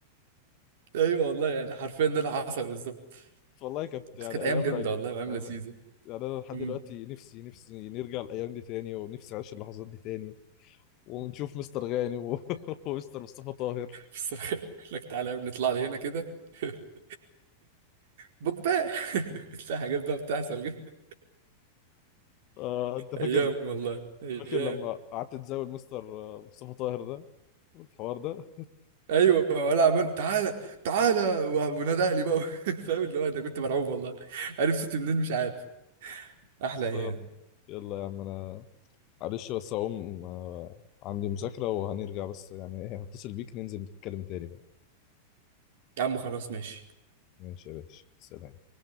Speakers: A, on the right; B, on the left.
A: ايوه والله يعني حرفيا ده اللي حصل بالظبط
B: <laughs> والله كانت
A: بس
B: يعني
A: كانت ايام
B: ايام
A: جامده
B: رايقه
A: والله وايام
B: آه،
A: لذيذه
B: يعني انا لحد
A: امم
B: دلوقتي نفسي نفسي نرجع الايام دي تاني ونفسي اعيش اللحظات دي تاني ونشوف مستر غانم و- <laughs> ومستر مصطفى طاهر
A: بصراحه <laughs> يقول لك تعالى يا ابني نطلع لي هنا كده <laughs> بوجباه <laughs> بتلاقي حاجات بقى بتحصل كده
B: آه، انت فاكر
A: ايام والله ايام
B: فاكر لما قعدت تزاول مستر آه، مصطفى طاهر ده الحوار ده
A: ايوه ولا عمال تعالى تعالى و- ونادى اهلي بقى <laughs> فاهم اللي هو ده كنت مرعوب والله عارف صوتي منين مش عارف احلى
B: بس
A: ايام
B: يلا يلا يا عم انا معلش بس هقوم آه، عندي مذاكرة وهنرجع بس يعني ايه هتصل بيك ننزل نتكلم تاني بقى
A: يا عم خلاص ماشي
B: ماشي يا باشا سلام